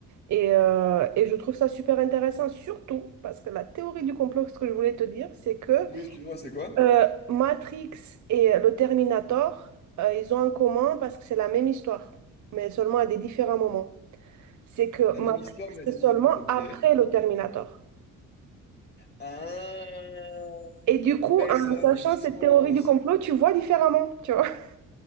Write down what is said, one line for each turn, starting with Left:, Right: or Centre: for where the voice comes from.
Right: Et, euh, et je trouve ça super intéressant, surtout parce que la théorie du complot, ce que je voulais te dire, c'est que
Left: Oui, excuse-moi, c'est quoi?
Right: euh, Matrix et le Terminator, euh, ils ont en commun parce que c'est la même histoire, mais seulement à des différents moments. C'est que
Left: La même
Right: Matrix,
Left: histoire, mais à
Right: c'est
Left: des...
Right: seulement
Left: di- Ok.
Right: après le Terminator.
Left: Ah,
Right: Et du
Left: ouais,
Right: coup, en
Left: ça
Right: sachant
Left: a du sens.
Right: cette théorie du complot, tu vois différemment, tu vois. <laughs>